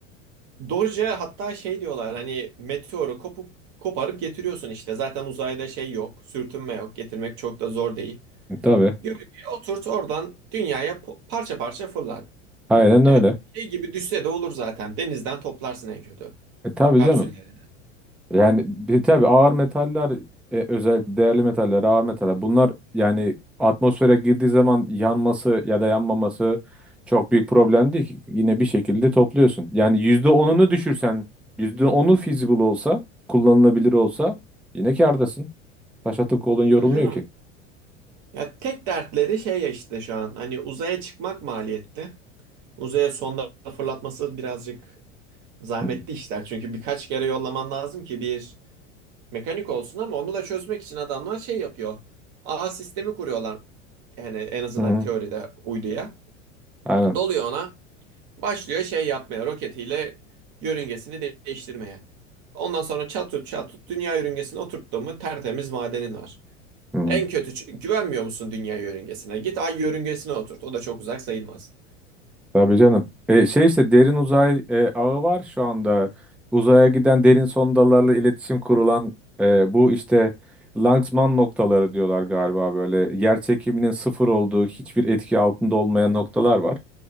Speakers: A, on the right; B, in the centre.
A: Doge'a hatta şey diyorlar hani meteoru kopup koparıp getiriyorsun işte. Zaten uzayda şey yok, sürtünme yok. Getirmek çok da zor değil.
B: E, tabii.
A: Yörüngeye oturt oradan dünyaya po- parça parça fırlar.
B: Aynen
A: Yani
B: öyle.
A: şey gibi düşse de olur zaten. Denizden toplarsın en kötü
B: E, tabii
A: kapsüllerini.
B: canım. Yani bir, tabii ağır metaller e, özellikle değerli metaller, ağır metaller bunlar yani atmosfere girdiği zaman yanması ya da yanmaması çok büyük problem değil ki. Yine bir şekilde topluyorsun. Yani yüzde onunu düşürsen, yüzde onu feasible olsa, kullanılabilir olsa yine kârdasın. Taş atıp kolun yorulmuyor
A: Tabii Canım
B: ki.
A: ya tek dertleri şey ya işte şu an hani uzaya çıkmak maliyetli. Uzaya sonda fırlatması birazcık zahmetli
B: Hı hı.
A: işler. Çünkü birkaç kere yollaman lazım ki bir mekanik olsun ama onu da çözmek için adamlar şey yapıyor. Ağ sistemi kuruyorlar. Yani en azından
B: Hı hı.
A: teoride uyduya.
B: Aynen.
A: Doluyor ona. Başlıyor şey yapmaya. Roketiyle yörüngesini de- değiştirmeye. Ondan sonra çat tut çat tut dünya yörüngesine oturttu mu tertemiz madenin var.
B: Hı.
A: En kötü ç- güvenmiyor musun dünya yörüngesine? Git ay yörüngesine oturt. O da çok uzak sayılmaz.
B: Tabii canım. E, şey işte derin uzay e, ağı var şu anda. Uzaya giden derin sondalarla iletişim kurulan e, bu işte Lanzmann noktaları diyorlar galiba böyle. Yer çekiminin sıfır olduğu, hiçbir etki altında olmayan noktalar var.